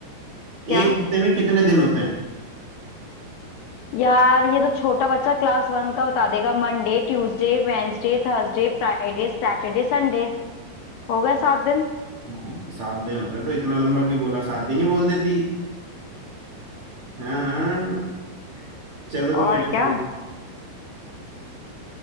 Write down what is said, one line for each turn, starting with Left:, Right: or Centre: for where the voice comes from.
Left: क्या
Right: एक हफ्ते में कितने दिन होते हैं
Left: यार ये तो छोटा बच्चा क्लास वन का उतार देगा Monday Tuesday Wednesday Thursday Friday Saturday Sunday हो गए सात दिन
Right: हाँ सात दिन होते हैं तो इतना लंबा क्यों बोला सात दिन ही बोल देती हाँ हाँ चलो तुम्हारी
Left: और
Right: बारी
Left: क्या